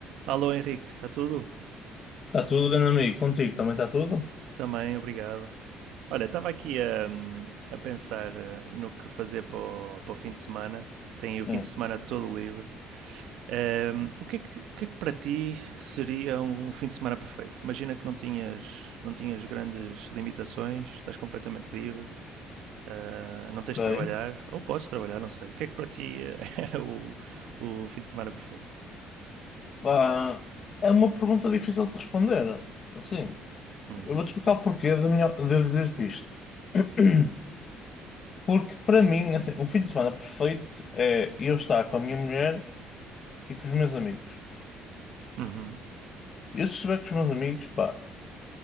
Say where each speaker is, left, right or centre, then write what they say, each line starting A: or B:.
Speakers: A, on the right (about 70°); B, on the left (about 30°).
A: Alô Henrique, está tudo?
B: Está tudo, grande amigo? Contigo também está tudo?
A: Também, obrigado. Olha, estava aqui a, a pensar eh, no que fazer para o, para o fim de semana. Tenho aí o fim
B: Hum.
A: de semana todo livre. Ehm, o que é que, o que é que para ti seria um fim de semana perfeito? Imagina que não tinhas, não tinhas grandes limitações, estás completamente livre, eh, não tens
B: Ok.
A: de trabalhar, ou podes trabalhar, não sei. O que é que para ti eh, <laughs> era o, o fim de semana perfeito?
B: Pá, é uma pergunta difícil de responder. Assim,
A: Uhum,
B: eu vou-te explicar o porquê da minha, de eu dizer-te isto. <clears throat> Porque para mim, assim, um fim de semana perfeito é eu estar com a minha mulher e com os meus amigos.
A: uhum,
B: Eu se estiver com os meus amigos, pá,